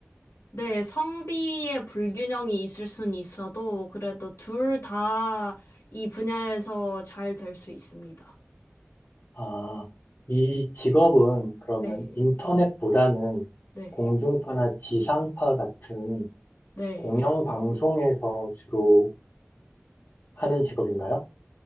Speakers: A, on the left; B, on the left.
A: 네, 성비의 불균형이 있을 순 있어도 그래도 둘 다 이 분야에서 잘 될 수 있습니다.
B: 아, 이 직업은 그러면
A: 네,
B: 인터넷보다는
A: 네,
B: 공중파나 지상파 같은
A: 네.
B: 공영 방송에서 주로 하는 직업인가요?